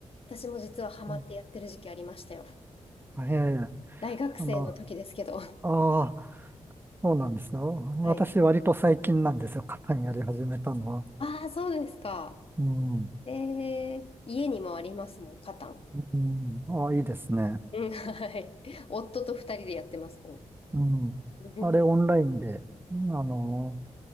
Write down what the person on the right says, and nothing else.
うんええ、
あの、あ
あ、そうなんですね。私割と最近なんですよ。
カタンやり始めたのは。
うん、
うん、ああ、いいですね。
うん。
あれオンラインで、
あの、